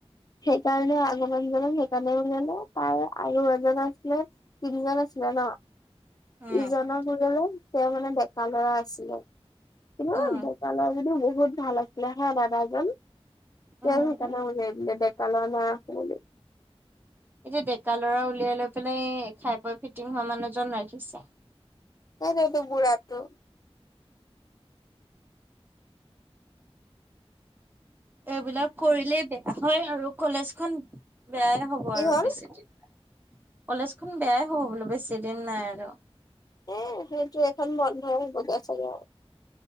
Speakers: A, on the left; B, on the right.
A: সেইকাৰণে আগন জনক সেইকাৰণে ওলিলে তাৰ আৰু এজন আছিলে। তিনিজন আছিলে ন
B: উম,
A: ইজনৰ বলে তেওঁ মানে ডেকা লৰা আছিলে। কিন্তু
B: উম,
A: ডেকা লৰাজন যদি বহুত ভাল আছিলে হা দাদাজন।
B: উম।
A: তেওঁ সেইকাৰণে উলাই দিলে ডেকা ল'ৰা নাৰাখো বুলি।
B: এতিয়া ডেকা লৰা উলিয়াই লৈ পেলাই খাই পোৱা ফিটিং হোৱা মানুহজন ৰাখিছে।
A: সেইযে ইটো বুঢ়াটো
B: এইবিলাক কৰিলেই বেয়া হয় আৰু কলেজ খন বেয়া হ'ব
A: কি
B: আৰু
A: হ'ল
B: বেছি দিন নাই কলেজ খন বেয়াই হ'ব বোলো বেছি দিন নাই আৰু।
A: এ সেইটো এখন বন্ধয় হ'বগে চাগে আৰু।